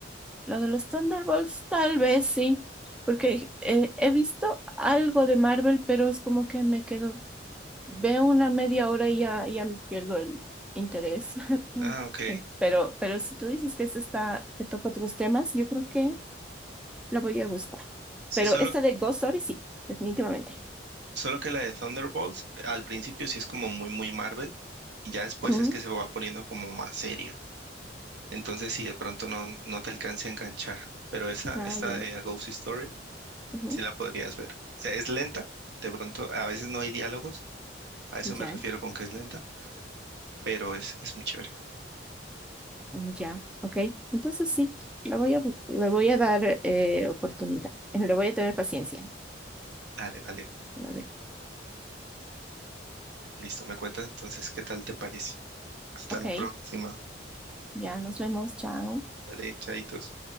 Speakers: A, in the centre; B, on the right (about 65°).
A: Lo de los Thunderbolts, tal vez sí. Porque eh, he visto algo de Marvel, pero es como que me quedo Veo una media hora y ya, ya me pierdo el interés. <laughs>
B: Ah, ok.
A: Pero, pero si tú dices que esta está, que toca otros temas, yo creo que la voy a buscar.
B: Sí,
A: Pero
B: solo,
A: esta de Ghost Story, sí, definitivamente.
B: solo que la de Thunderbolts al principio sí es como muy, muy Marvel y ya después
A: Ujú.
B: es que se va poniendo como más seria. Entonces, si de pronto no, no te alcance a enganchar. Pero esa,
A: Ah,
B: esta
A: ya.
B: de A Ghost Story,
A: Ujú.
B: sí la podrías ver. O sea, es lenta, de pronto a veces no hay diálogos, a eso
A: Ya,
B: me refiero con que es lenta, pero es, es muy chévere.
A: ya. Ok. Entonces sí, la voy a, bus- le voy a dar eh, oportunidad. Le voy a tener paciencia.
B: Dale, dale.
A: A ver.
B: Listo, me cuentas entonces qué tal te parece. Hasta
A: Ok.
B: la próxima.
A: Ya, nos vemos. Chao.
B: Vale, chaitos.